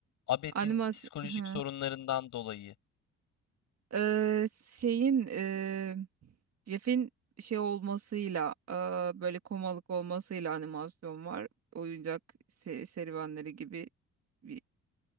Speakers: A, on the left (about 75°); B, on the right (about 55°).
A: Abed'in
B: Animasyon
A: psikolojik
B: Hı.
A: sorunlarından dolayı.
B: E, şeyin e, Jeff'in şey olmasıyla e, böyle komalık olmasıyla animasyon var. Oyuncak se- serüvenleri gibi bir,